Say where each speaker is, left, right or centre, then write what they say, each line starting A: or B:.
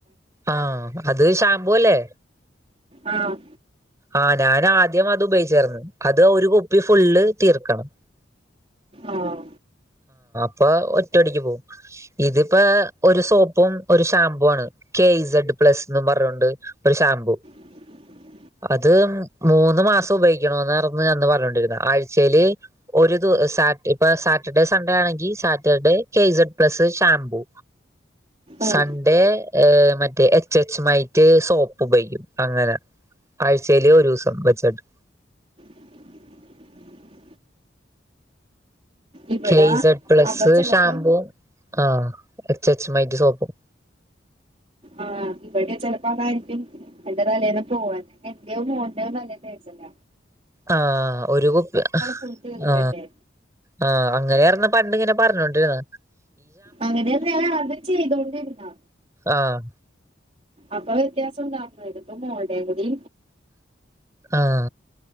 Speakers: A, on the right (about 15°); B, on the right (about 30°).
A: ആഹ് അത് ഷാംമ്പൂവല്ലേ
B: ആഹ്
A: ആഹ് ഞാൻ ആദ്യം അത് ഉപയോഗിച്ചാർന്ന് അത് ഒരു കുപ്പി ഫുള്ള് തീർക്കണം
B: ആഹ്
A: ഇപ്പൊ ഒറ്റ അടിക്ക് പോകും ഇതിപ്പോ ഒരു സോപ്പും ഒരു ഷാംമ്പൂ ആണ് കെ ഇസ്സ്ഡ് പ്ലസ്ന്ന് പറഞ്ഞൊണ്ട് ഒരു ഷാമ്പൂ
B: <unintelligible>
A: അത് മൂന്ന് മാസം ഉപയോഗിക്കണന്ന് അന്ന് പറഞ്ഞോണ്ടിരുന്ന ആഴ്ചേൽ ഒരു ദിവസം ഇപ്പൊ സാറ്റ് സാറ്റർഡേ സൺഡേ ആണെങ്കിൽ Saturday K Z plus shampoo
B: ആഹ്
A: സൺഡേ മറ്റേ എച്ച് എച്ച് മൈറ്റ് സോപ്പ് ഉപയോഗിക്കും അങ്ങനെ ആഴ്ചയിലെ ഒരു ദിവസം വച്ചിട്ട്
B: <unintelligible> ഇവിടെ
A: കെ ഇസഡ് പ്ലസ്
B: അപ്പൊ ചെലപ്പം
A: ഷാമ്പൂ ആഹ എച്ചച്ച മൈറ്റ് സോപ്പും
B: ആഹ് ഇവിടെ ചെലപ്പോ അതായിരിക്കും എന്റെ തലേന്ന് പോവാൻ എന്റെ മോന്റെയും തലേ തേച്ചില്ല
A: ആഹ ഒരു കുപ്പി
B: ഫുൾ തീർക്കണ്ടേ
A: ആ ആ അങ്ങനെആരുന്നു പണ്ടങ്ങന പറഞ്ഞോണ്ടിരുന്ന
B: അങ്ങനെയ ഞാൻ ആത് ചെയ്തോണ്ടിരുന്ന
A: ആഹ്
B: അപ്പൊ വ്യത്യാസം ഉണ്ടാക്കണം ഇതിപ്പോ മോളുടെ കൂടി
A: ആഹ